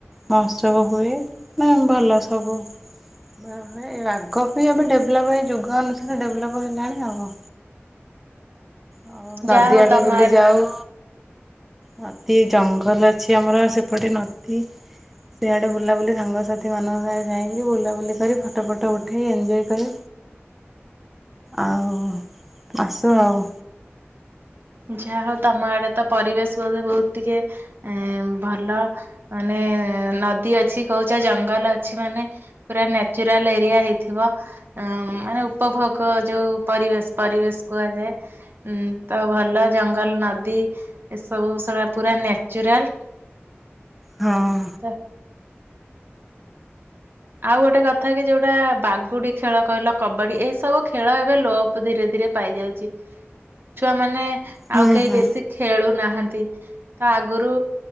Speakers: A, in the centre; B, on the right.
A: ମହୋତ୍ସବ ହୁଏ ନା ଭଲ ସବୁ। <unintelligible> ଆଗ ଅପେକ୍ଷା ଏବେ ଡେଭେଲପ୍ ହେଇ ଯୁଗ ଅନୁସାରେ ଡେଭେଲପ୍ ହେଲାଣି ଆଉ। ଆଉ
B: ଯାହା
A: ନଦୀ
B: ହଉ
A: ଆଡେ
B: ତମ
A: ବୁଲି ଯାଉ ନଦୀ, ଜଙ୍ଗଲ୍ ଅଛି ଆମର ସେପଟେ ନଦୀ ସିଆଡ଼େ ବୁଲାବୁଲି ସାଙ୍ଗସାଥିମାନଙ୍କ ସାଙ୍ଗେ ଯାଇକି ବୁଲାବୁଲି କରି ଫଟ ଫଟ ଉଠେଇ ଏଞ୍ଜୟ କରି ଆଉ ଆସୁ ଆଉ।
B: ଯାହା ହଉ ତମ ଆଡେ ତ ପରିବେଶ ବୋଧେ ବହୁତ ଟିକେ ଭଲ। ମାନେ ନଦୀ ଅଛି କହୁଛ ଜଙ୍ଗଲ ଅଛି ମାନେ ପୁରା ନ୍ୟାଚୁରାଲ ଏରିଆ ହେଇଥିବ। ଉଁ ମାନେ ଉପଭୋଗ ଯୋଉ ପରିବେଶ ପରିବେଶ କୁହାଯାଏ ଉଁ ତ ଭଲ ଜଙ୍ଗଲ ନଦୀ ଏସବୁ ସେରା ପୁରା ନ୍ୟାଚୁରାଲ।
A: ହଁ।
B: ତ ଆଉ ଗୋଟେ କଥା କି ଯୋଉଟା ବାଗୁଡି ଖେଳ କହିଲ କବାଡି ଏଇ ସବୁ ଖେଳ ଏବେ ଲୋପ ଧୀରେ ଧୀରେ ପାଇଯାଉ ଚି, ଛୁଆମାନେ
A: ହୁଁ
B: ଆଉ କେହି
A: ହୁଁ
B: ବେଶୀ ଖେଳୁ ନାହାନ୍ତି। ତ ଆଗରୁ